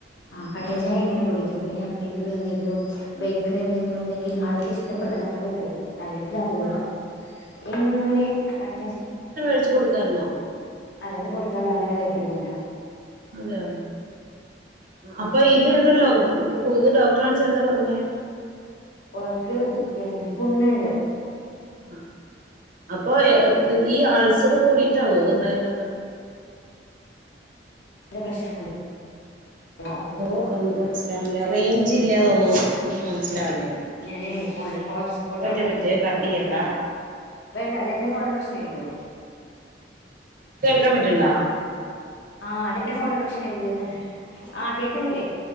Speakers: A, on the left; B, on the right.
A: ആ കട്ട ചായ എങ്ങനെ കുടിക്കും പിന്നെ എപ്പഴെങ്കിലും എന്തെങ്കിലും ബേക്കറി എന്തെങ്കിലും ഉണ്ടെങ്കിൽ ആൾക്ക് ഇഷ് ഇഷ്ടപ്പെട്ടതാണെങ്കിൽ
B: ആഹ്
A: കഴിക്കും അല്ലെങ്കിൽ അതുമല്ല.
B: ആഹ്
A: എങ്ങനെ കട്ട
B: പഠിച്ച കൊടുക്കായിരുന്നോ.
A: അതൊക്കെ കൊടുത്താലും അങ്ങനെ കഴിക്കന്നുല്ല.
B: അതെ അപ്പൊ ഇത്ഉണ്ടല്ലോ ഇത് ഡോക്ടറെ കാണിച്എന്താ പറഞ്ഞേ.
A: ഓർക്ക് പിന്നെ പുണ്ണ് ണ്ട്.
B: ആഹ് അപ്പൊ ഈ ആൾസർ കൂടിട്ടാവോ ഉണ്ടായിട്ട്ണ്ടാവാ.
A: എന്റെ പ്രശ്നണ്ട്.
B: <inaudible>
A: കഴിഞ്ഞ മാസം
B: ഓമനസ്സിലാവില്ലേ റേഞ്ച് ഇല്ലേ തോന്നുന്നു ഒന്നും മനസ്സിലാവില്ലേ എനിക്ക്.
A: ഞാനൻ ഫോണില് ഹോട്ട്സ്പോട്ടോണാക്കിയതാ
B: ഒറ്റ മിനിറ്റ്
A: അതുകൊണ്ടായിരിക്കും.
B: കട്ട് ചെയ്യണ്ട
A: വേണ്ട അത് എന്റെ ഫോണിന്റെ പ്രശ്ന ആയിരിക്കോ.
B: കേൾക്കാൻ പറ്റ്ണ്ടോ.
A: ആഹ് അതിന്റെ ഫോണിന്റെ പ്രശ്ന രിക്കന്ന ആഹ് കേക്കുന്നില്ലേ.